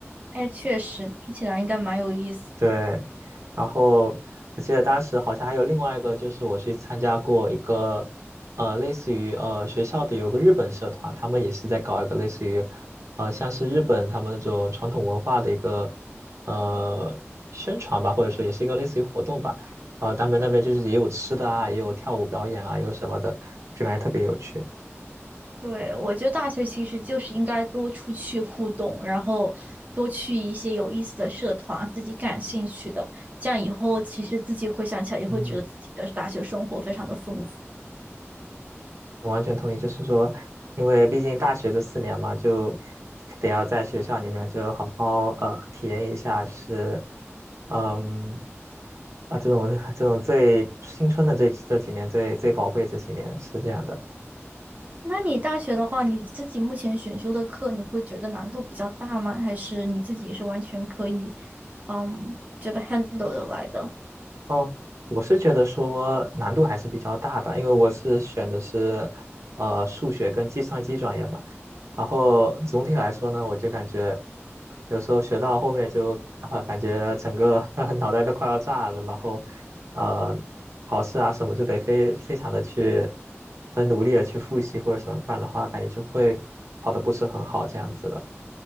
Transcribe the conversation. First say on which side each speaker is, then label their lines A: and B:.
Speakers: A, on the right; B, on the right.
A: 哎，确实听起来应该蛮有意思。
B: 对，然后我记得当时好像还有另外一个，就是我去参加过一个，呃，类似于呃学校的有个日本社团，他们也是在搞一个类似于，呃，像是日本他们那种传统文化的一个呃宣传吧，或者说也是一个类似于活动吧。然后他们那边就是也有吃的啊，也有跳舞表演啊，也有什么的，就感觉特别有趣。
A: 对，我觉得大学其实就是应该多出去互动，然后多去一些有意思的社团，自己感兴趣的，这样以后其实自己回想起来也会觉得自己的大学生活非常的丰富。
B: 嗯我完全同意，就是说，因为毕竟大学这四年嘛，就得要在学校里面就好好呃体验一下，就是嗯啊这种 <laughs> 这种最青春的这这几年最最宝贵这几年是这样的。
A: 那你大学的话，你自己目前选修的课，你会觉得难度比较大吗？还是你自己是完全可以，嗯，觉得 handle 的来的？
B: 哦，我是觉得说难度还是比较大的，因为我是选的是呃数学跟计算机专业嘛。然后总体来说呢，我就感觉有时候学到后面就啊、感觉整个 <laughs> 脑袋都快要炸了，然后呃考试啊什么就得非非常的去很努力的去复习或者什么，不然的话感觉就会考的不是很好这样子的。